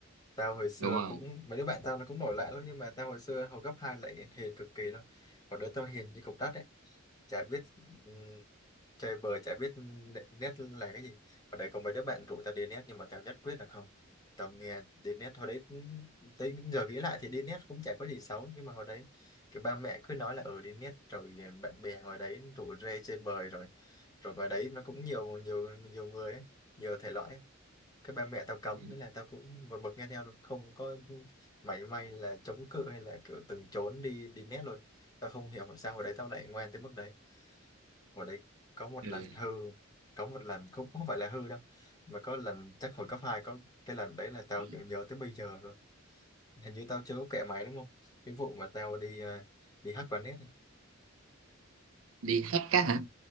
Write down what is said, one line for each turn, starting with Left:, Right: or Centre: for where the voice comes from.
Left: Tao hồi xưa
Right: đúng không
Left: cũng mấy đứa bạn tao nó cũng nổi loạn lắm nhưng mà tao hồi xưa hồi cấp 2 lại hiền cực kỳ luôn. Còn đứa tao hiền như cục đất ấy. chả biết ừm, chơi bời chả biết nệ- nét là cái gì ở đây có mấy đứa bạn rủ tao đi nét nhưng mà tao nhất quyết là không tao nghe đi nét hồi đấy cũng- tới giờ nghĩ lại thì đi nét cũng chả có gì xấu nhưng mà hồi đấy kiểu ba mẹ cứ nói là ở đi nét rồi bạn bè hồi đấy rủ rê chơi bời rồi rồi ngoài đấy nó cũng nhiều nhiều nhiều người ấy, nhiều thể loại ấy. cái ba mẹ tao cấm
Right: ừ.
Left: nên là tao cũng một mực nghe theo luôn không có mảy may là chống cự hay là kiểu từng trốn đi đi nét luôn tao không hiểu sao hồi đấy tao lại ngoan tới mức đấy hồi đấy có một
Right: Ừ.
Left: lần hư có một lần cũng không phải là hư đâu mà có lần chắc hồi cấp 2, có cái lần đấy là tao
Right: Ừ.
Left: kiểu nhớ tới bây giờ rồi hình như tao chưa có kể mày đúng không cái vụ mà tao đi ờ, đi hack quán net ấy.
Right: đi hack á hả